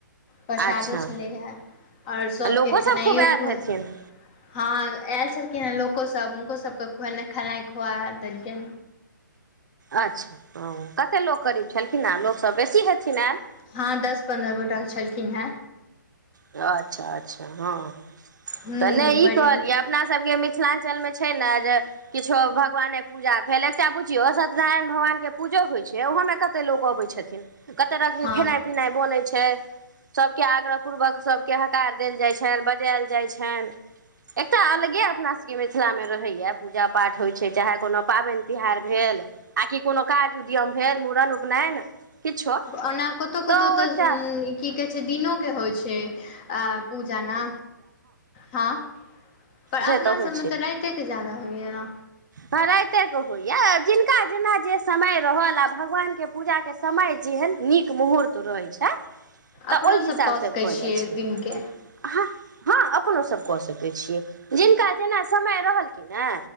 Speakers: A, on the left; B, on the right.
A: प्रसादो
B: अच्छा
A: छलैए आओर सभकेँ
B: लोको
A: खेनाइओ
B: सब खूब आयल
A: खु ह
B: हेथिन
A: हँ ऐल छलखिन कि लोकोसभ हुनकोसभकेँ खुएनाइ खेनाइ खुआ देलकेय
B: अच्छा हँ कतेक लोक करै छलखिन हे लोकसभ बेसी हेथिन एं
A: हँ दस पन्द्रह गोटाक छलखिन हेँ
B: अच्छा अच्छा हँ
A: हूँ
B: तऽ नहि
A: बड़ी
B: ई कहलियै अपनासभके मिथिलाञ्चलमे छै ने जे किछो भगवाने पूजा भेल एकटा बुझियौ सत्यनारायण भगवान के पूजो होइ छै वह मे कते लोग अबे छथिन कते रंग
A: हँ
B: के खेनाइ पिनाइ बनै छै सब के आग्रह पूर्वक सभके हकार देल जाइ छनि बजायल जाइ छनि एकटा अलगे अपना सभके मिथिलामे रहैया पूजा पाठ होइत छै चाहे कोनो पाबन तिहार भेल आ कि कोनो काज उद्यम भेल मुड़न उपनयन किछो
A: ओना कतहु कतहु
B: ओ
A: तऽ
B: एकटा
A: की कहै छै दिनोके होइ छै पूजा ना हँ पर
B: से
A: अपना
B: होइ
A: सबमे तऽ राइते के जदा होइय ने
B: राते के होइया जिनका जेना जे समय रहल आ भगवान के पूजा के समय जे हे नीक मुहूर्त रहै छै तऽ
A: अपनो
B: ओहि हिसाबसँ
A: सभ कऽ सकै
B: भऽ
A: छियै
B: जाइ छै
A: दिनके
B: अ हा हँ अपनो सभ कऽ सकैत छियै जिनका जेना समय रहल कि ने